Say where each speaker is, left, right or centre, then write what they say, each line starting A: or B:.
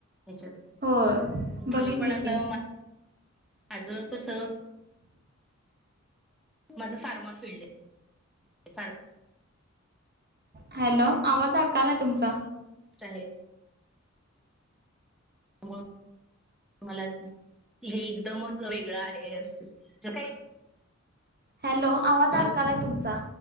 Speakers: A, in the centre; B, on the right.
A: हेच्या
B: होय बघितलं
A: मला पण आता
B: की
A: आजं कस. माझं फार्मा फीलड आहे फारमा
B: हॅलो आवाज अडकाला आहे तुमचा
A: साहेब. हम मला हे एकदमच वेगळं आहेट काही
B: हॅलो आवाज
A: हॅलो
B: अडकालाय तुमचा